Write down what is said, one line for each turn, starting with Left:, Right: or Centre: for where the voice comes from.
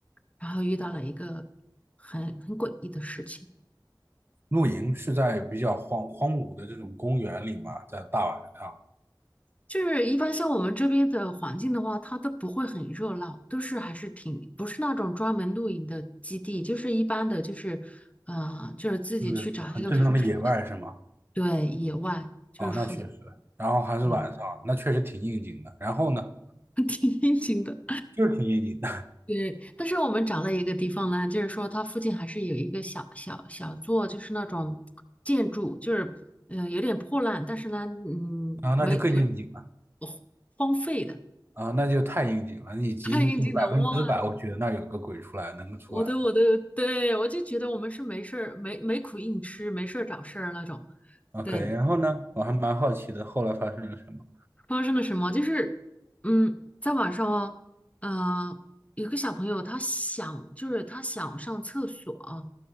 Left: 然后遇到了一个很很诡异的事情。
Right: 露营是在比较荒荒芜的这种公园里嘛，在大晚上，
Left: 就是一般像我们这边的环境的话，它都不会很热闹，都是还是挺不是那种专门露营的基地，就是一般的，就是呃，就是自己去找一个舒适的，
Right: 就是很正常的野外是吗？
Left: 对，野外就是舒，
Right: 哦，那确实，然后还是晚上，
Left: 嗯，
Right: 那确实挺应景的。然后呢，
Left: <laughs> 挺应景的。
Right: 就是挺应景的，<laughs>
Left: 对，但是我们找了一个地方呢，就是说它附近还是有一个小小小座，就是那种建筑，就是呃有点破烂，但是呢，嗯，
Right: 啊，
Left: 没没
Right: 那就更应景了，
Left: 呃荒废的，
Right: 啊，那就太应景了，
Left: <laughs>
Right: 以及百分之百，
Left: 太应景的哇，
Right: 我觉得那有个鬼出来，能够出来。
Left: 我的我的，对，我就觉得我们是没事儿没没苦硬吃，没事儿找事儿那种。
Right: OK，
Left: 对，
Right: 然后呢，我还蛮好奇的，后来发生了什么？
Left: 发生了什么？就是嗯，在晚上哦，呃，有个小朋友他想就是他想上厕所，